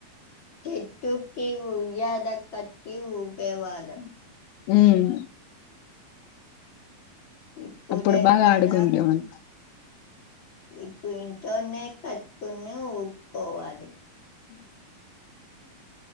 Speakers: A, on the left; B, on the left.
A: తెటుకిీ ఊయ్యల కటి ఊగేవాళం
B: ఉమ్
A: ఇప్పుడెకడ
B: అప్పుడు బాగా ఆడుకునే వాళ్ళు
A: ఇప్పుడ్ ఇంట్లోనే కట్కోని ఊగ్కోవాలి